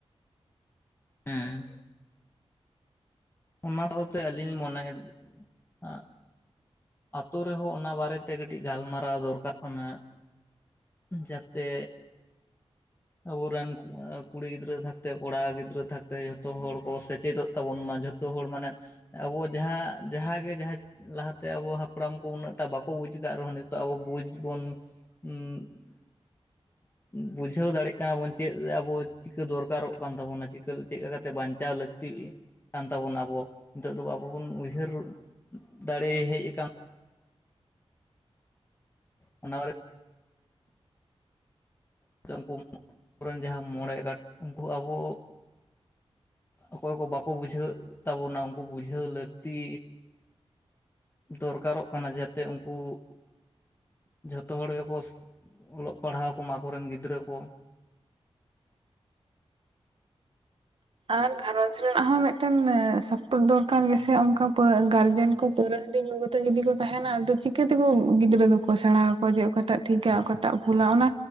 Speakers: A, on the left (about 20°); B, on the right (about 55°).
A: ᱦᱮᱸ ᱚᱱᱟ ᱥᱟᱶᱛᱮ ᱟᱹᱞᱤᱧ ᱞᱤᱧ ᱢᱚᱱᱮᱭᱟ ᱟᱸᱜ ᱟᱛᱳ ᱨᱮᱦᱚᱸ ᱚᱱᱟ ᱵᱟᱨᱮᱛᱮ ᱠᱟᱹᱴᱤᱡ ᱜᱟᱞᱢᱟᱨᱟᱣ ᱫᱚᱨᱠᱟᱨ ᱠᱟᱱᱟ᱾ ᱡᱟᱛᱮ ᱟᱵᱚᱨᱮᱱ ᱠᱩᱲᱤ ᱜᱤᱫᱽᱨᱟᱹ ᱛᱷᱟᱠᱛᱮ ᱠᱚᱲᱟ ᱜᱤᱫᱽᱨᱟᱹ ᱛᱷᱟᱠᱛᱮ ᱡᱷᱚᱛᱚ ᱦᱚᱲ ᱠᱚ ᱥᱮᱪᱮᱫᱚᱜ ᱛᱟᱵᱚᱱ ᱢᱟ ᱡᱷᱚ ᱛᱚ ᱦᱚᱲ ᱢᱟᱱᱮ ᱟᱵᱚ ᱡᱟᱦᱟᱸ ᱡᱟᱦᱟᱸᱮ ᱡᱟᱦᱟᱸ ᱞᱟᱦᱟ ᱛᱮ ᱟᱵᱚ ᱦᱟᱯᱲᱟᱢ ᱠᱚ ᱩᱱᱟᱹᱜᱴᱟ ᱵᱟᱠᱚ ᱵᱩᱡᱽ ᱠᱟᱫ ᱨᱮᱦᱚᱸ ᱱᱤᱛᱚᱜ ᱟᱵᱚ ᱵᱩᱡᱽ ᱵᱚᱱ ᱩᱸᱜ <inaudible> ᱵᱩᱡᱷᱟᱹᱣ ᱫᱟᱲᱮᱭᱟᱜ ᱠᱟᱱᱟ ᱵᱚᱱ ᱪᱮᱫ ᱟᱵᱚ ᱪᱤᱠᱟᱹ ᱫᱚᱨᱠᱟᱨᱚᱜ ᱠᱟᱱ ᱛᱟᱵᱚᱱᱟ ᱪᱤᱠᱟᱹ ᱪᱮᱫ ᱠᱟᱛᱮ ᱵᱟᱧᱪᱟᱣ ᱞᱟᱹᱠᱛᱤ ᱠᱟᱱ ᱛᱟᱵᱚᱱᱟ᱾ ᱟᱵᱚ ᱱᱤᱛᱚᱜ ᱫᱚ ᱟᱵᱚ ᱵᱚᱱ ᱩᱭᱦᱟᱹᱨ ᱫᱟᱲᱮ ᱦᱮᱡ ᱟᱠᱟᱱ ᱚᱱᱟ ᱫᱷᱟᱶ ᱩᱱᱠᱩᱵᱮᱱ ᱡᱟᱦᱟᱸ ᱢᱚᱬᱮ ᱜᱟᱴ ᱩᱱᱠᱩ ᱟᱵᱚ ᱚᱠᱚᱭ ᱠᱚ ᱵᱟᱠᱚ ᱵᱩᱡᱷᱟᱹᱣ ᱛᱟᱵᱚᱱᱟ ᱩᱱᱠᱩ ᱵᱩᱡᱷᱟᱹᱣ ᱞᱟᱹᱠᱛᱤ, ᱫᱚᱨᱠᱟᱨᱚᱜ ᱠᱟᱱᱟ ᱡᱟᱛᱮ ᱩᱱᱠᱩ ᱡᱷᱚᱛᱚ ᱦᱚᱲ ᱜᱮᱠᱚ ᱥᱚ ᱚᱞᱚᱜ ᱯᱟᱲᱦᱟᱣ ᱠᱚᱢᱟ ᱟᱠᱚᱨᱮᱱ ᱜᱤᱫᱽᱨᱟᱹ ᱠᱚ
B: ᱟᱨ ᱜᱷᱟᱨᱚᱡᱽ ᱨᱮᱱᱟᱜ ᱦᱚᱸ ᱢᱤᱫᱴᱮᱱ ᱥᱟᱯᱳᱴ ᱫᱚᱨᱠᱟᱨ ᱜᱮᱥᱮ ᱚᱱᱠᱟ ᱜᱟᱨᱡᱮᱱ ᱠᱚ ᱯᱟᱣᱨᱟᱹ ᱦᱟᱰᱤ ᱧᱩ ᱡᱩᱫᱤ ᱠᱚ ᱛᱟᱦᱮᱱᱟ ᱟᱫᱚ ᱪᱤᱠᱟᱹᱛᱮᱠᱚ ᱜᱤᱫᱽᱨᱟᱹ ᱫᱚᱠᱚ ᱥᱮᱬᱟ ᱟᱠᱚᱣᱟ ᱡᱮ ᱚᱠᱟᱴᱟᱜ ᱴᱷᱤᱠ-ᱟ ᱚᱠᱟᱴᱟᱜ ᱵᱷᱩᱞᱟ ᱚᱱᱟ